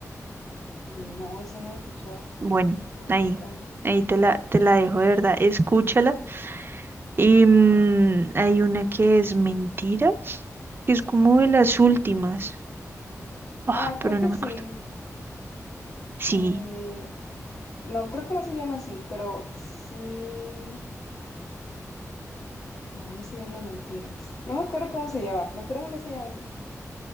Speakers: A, on the left; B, on the right.
A: No, eso no lo he escuchado.
B: Bueno,
A: Arráncame.
B: ahí, ahí te la, te la dejo, de verdad. Escúchala. Y mm, hay una que es Mentiras, que es como de las últimas. Ah,
A: Ah,
B: pero
A: creo que
B: no me
A: sí.
B: acuerdo. Sí.
A: Eh, no, creo que no se llama así, pero sí. No, no se llama Mentiras. No me acuerdo cómo se llama, pero creo que no se llama así.